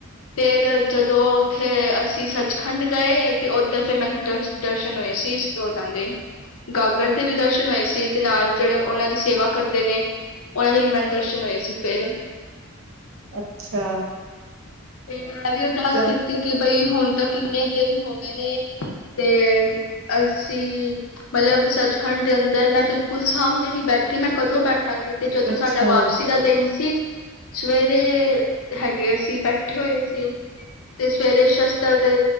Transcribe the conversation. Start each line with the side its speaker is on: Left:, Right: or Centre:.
Left: ਫੇਰ ਜਦੋਂ ਉੱਥੇ ਅਸੀਂ ਸੱਚਖੰਡ ਗਏ ਤੇ ਉਦ ਫੇ ਮ ਦ ਦਰਸ਼ਨ ਹੋਏ ਸੀ ਇਸਦਾਂ ਦੇ ਗਾਗਰ ਦੇ ਵੀ ਦਰਸ਼ਨ ਹੋਏ ਸੀ ਤੇ ਨਾਲ ਜਿਹੜੇ ਉਹਨਾਂ ਦੀ ਸੇਵਾ ਕਰਦੇ ਨੇ ਉਹਨਾਂ ਦੇ ਵੀ ਮੈਨ ਦਰਸ਼ਨ ਹੋਏ ਸੀ ਫਿਰ
Right: ਅੱਛਾ
Left: ਤੇ ਮੈਂ ਵੀ ਅਰਦਾਸ
Right: ਜਾ
Left: ਕੀਤੀ ਕਿ ਬਈ ਹੁਣ ਤੱਕ ਕਿੰਨੇ ਦਿਨ ਹੋ ਗਏ ਨੇ। ਤੇ <unintelligible> ਖੰਡ ਦੇ ਅੰਦਰ ਮੈਂ ਬਿਲਕੁਲ ਸਾਹਮਣੇ ਨੀ ਬੈਠੀ ਮੈਂ ਕਦੋਂ ਬੈਠਾਂਗੀ ਤੇ ਜਦੋਂ
Right: ਅੱਛਾ
Left: ਸਾਡਾ ਵਾਪਸੀ ਦਾ ਦਿਨ ਸੀ। ਸਵੇਰੇ ਹੈਗੇ ਅਸੀਂ ਬੈਠੇ <unintelligible> ਹੋਏ ਤੇ ਸਵੇਰੇ ਸ਼ਸਤਰ ਦੇ